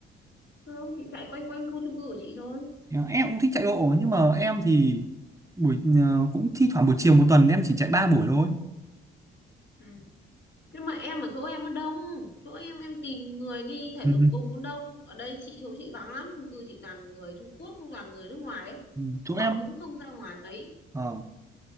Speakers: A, on the left (about 60°); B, on the right (about 15°).
A: Không, chị chạy quanh quanh khu chung cư của chị thôi.
B: Dạ, Em cũng thích chạy bộ nhưng mà em thì buổi ờ, cũng thi thoảng buổi chiều một tuần em chỉ chạy ba buổi thôi.
A: Ừ. Nhưng mà em ở chỗ em nó đông, chỗ em em tìm người đi thể
B: Ừ.
A: dục cùng nó đông. Ở đây chị chỗ chị vắng lắm, chung cư chị toàn người Trung Quốc, toàn người nước ngoài ấy.
B: ừ. Chỗ
A: Họ
B: em
A: cũng không ra ngoài mấy.
B: ờ,